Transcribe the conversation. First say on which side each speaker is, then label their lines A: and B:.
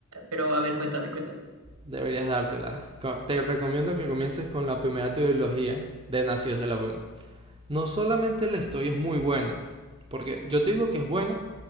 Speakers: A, on the right; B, on the right.
A: Pero a ver, cuéntame, cuéntame.
B: Deberías dártela. Te recomiendo que comiences con la primera trilogía de Nacidos de la Bruma. No solamente la historia es muy buena, porque yo te digo que es buena,